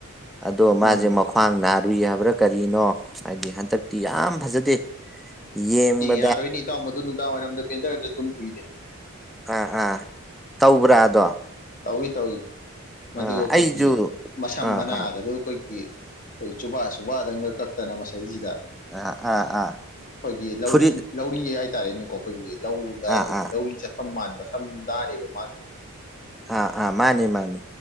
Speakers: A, in the centre; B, on the left.
A: ꯑꯗꯣ ꯃꯥꯁꯦ
B: ꯎꯝ
A: ꯃꯈ꯭ꯡ ꯅꯥꯔꯨꯏ ꯍꯥꯏꯕ꯭ꯔꯥ ꯀꯔꯤꯅꯣ ꯍꯥꯏꯗꯤ ꯍꯟꯗꯛꯇꯤ ꯌꯥꯝ ꯐꯖꯗꯦ ꯌꯦꯕ
B: ꯌꯥꯔꯣꯏꯅꯤ ꯏꯇꯥꯎ ꯃꯗꯨ ꯅꯨꯡꯗꯥꯡꯋꯥꯏꯔꯝꯗ ꯄꯦꯟꯗꯔꯗ ꯑꯗꯨꯝ ꯎꯏꯗꯦ
A: ꯑꯥ ꯑꯥ ꯇꯧꯕ꯭ꯔꯥ ꯑꯗꯣ
B: ꯇꯧꯏꯤ ꯇꯧꯏꯤ ꯃꯗꯨ
A: ꯑꯥ
B: ꯑꯩꯈꯣꯏꯒꯤ
A: ꯑꯩꯁꯨ
B: ꯃꯁꯝ
A: ꯑꯥ
B: ꯃꯅꯥꯒꯗꯨ
A: ꯑꯥ
B: ꯑꯩꯈꯣꯏꯒꯤ ꯑꯩꯈꯣꯏ ꯆꯨꯕꯥ ꯁꯨꯕꯥꯗꯪꯒ ꯀꯛꯇꯅ ꯃꯁꯩꯁꯤꯗ
A: ꯑꯥ ꯑꯥ ꯑꯥ
B: ꯑꯩꯈꯣꯏꯒꯤ ꯂꯧꯔꯤ
A: ꯐꯨꯔꯤꯠ
B: ꯂꯧꯔꯤ ꯍꯥꯏ ꯍꯥꯏꯇꯥꯔꯦꯅꯦꯀꯣ ꯑꯩꯈꯣꯏꯒꯤ ꯂꯧꯗ ꯑꯩꯈꯣꯏꯒꯤ
A: ꯑꯥ ꯑꯥ
B: ꯂꯧꯔꯤ ꯆꯠꯐꯝ ꯃꯥꯟꯕ ꯁꯝꯗꯥꯅꯦꯕ ꯃꯥꯒꯤꯗꯣ
A: ꯑꯥ ꯑꯥ ꯃꯥꯅꯤ ꯃꯥꯅꯤ